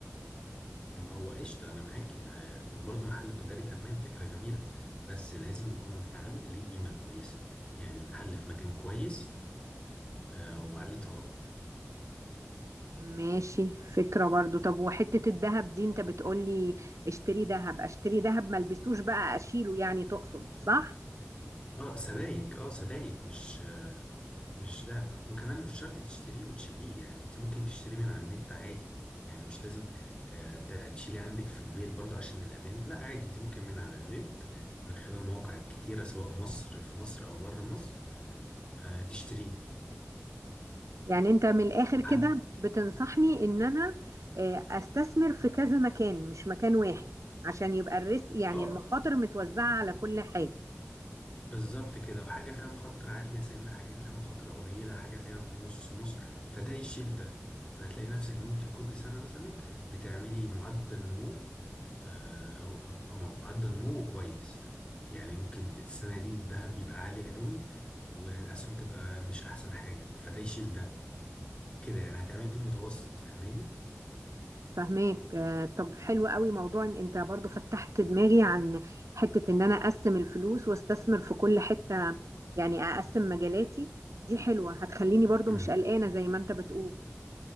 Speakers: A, on the left (about 25°); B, on the right (about 85°).
A: ما هو قشطه انا معاكي آه، برضو محل تجاري تمام فكره جميله بس لازم يكون محل ليه قيمه كويسه يعني المحل في مكان كويس آه، وعليه طلب
B: ماشي فكرة برضو طب وحتة الذهب دي انت بتقولي اشتري ذهب اشتري ذهب ما البسوش بقى اشيله يعني تقصد صح
A: اه سبايك اه سبايك مش آه، مش دهب وكمان مش شرط تشتريه وتشيليه يعني انت ممكن تشتريه من على النت عادي يعني مش لازم آه، ت- تشيليه عندك في البيت برضو عشان الأمان لا عادي انت ممكن من على النت من خلال مواقع كتيرة سواء مصر في مصر أو بره مصر آه، تشتريه
B: يعني انت من الاخر كده
A: حاجة
B: بتنصحني ان انا آه، استثمر في كذا مكان مش مكان واحد عشان يبقى الريسك يعني
A: اه
B: المخاطر متوزعة على كل حاجة
A: بالظبط كده وحاجة فيها مخاطرة عالية سنة حاجة فيها مخاطرة قليلة حاجة فيها نص نص فده يشيل ده فهتلاقي نفسك ان انت كل سنة مثلا بتعملي معدل نمو آه، او او أو معدل نموه كويس يعني ممكن السنه دي الذهب يبقى عالي قوي والاسهم تبقى مش احسن حاجه فده يشيل ده كده يعني هتعملي له متوسط فاهماني
B: فهماك آه، طب حلو قوي موضوع ان انت برضو فتحت دماغي عن حتة ان انا اقسم الفلوس واستثمر في كل حتة يعني اقسم مجالاتي دي حلوة هتخليني برضو
A: امم
B: مش قلقانة زي ما انت بتقول